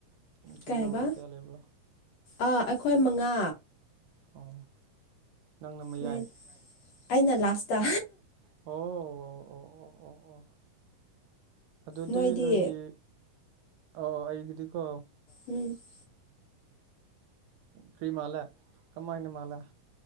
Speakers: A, on the right; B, on the left.
A: ꯏꯆꯤꯟ
B: ꯀꯩ
A: ꯏꯅꯥꯎꯗꯤ
B: ꯍꯥꯏꯕ
A: ꯀꯌꯥ ꯂꯩꯕ꯭ꯔꯣ
B: ꯑꯥ ꯑꯩꯈꯣꯏ ꯃꯉꯥ
A: ꯑꯣ ꯅꯪꯅ ꯃꯌꯥꯏ
B: ꯅꯣꯏ ꯑꯩꯅ ꯂꯥꯁꯇ
A: ꯑꯣ ꯑꯣ ꯑꯣ ꯑꯣ ꯑꯣ ꯑꯣ ꯑꯗꯨꯗꯤ
B: ꯅꯣꯏꯗꯤ
A: ꯅꯣꯏꯒꯤ ꯑꯣ ꯑꯩꯒꯤꯗꯤꯀꯣ
B: ꯎꯝ
A: ꯀꯔꯤ ꯃꯥꯜꯂꯦ ꯀꯝꯥꯏꯅ ꯃꯥꯜꯂꯦ